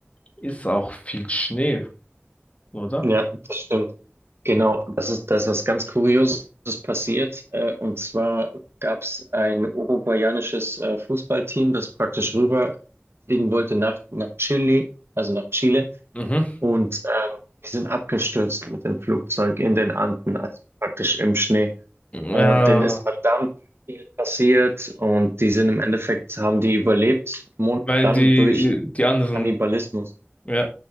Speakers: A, on the left; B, on the right.
A: ist auch viel Schnee, oder?
B: Ja, das stimmt. Genau, das ist, da ist was ganz Kurioses passiert. Äh, und zwar gab es ein uruguayanisches äh, Fußballteam, das praktisch rüberfliegen wollte nach, nach Chile, also nach Chile.
A: Mhm.
B: Und ähm, die sind abgestürzt mit dem Flugzeug in den Anden, also praktisch im Schnee.
A: Ja,
B: Und denen ist verdammt viel passiert. Und die sind im Endeffekt, haben die überlebt, monatelang
A: weil die,
B: durch
A: die anderen
B: Kannibalismus.
A: Ja.